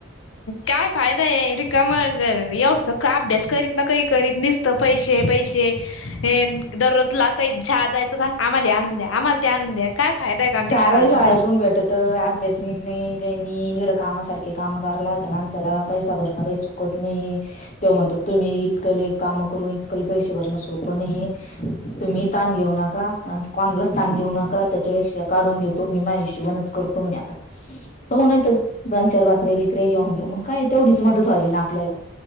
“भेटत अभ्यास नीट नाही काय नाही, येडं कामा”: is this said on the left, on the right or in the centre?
Left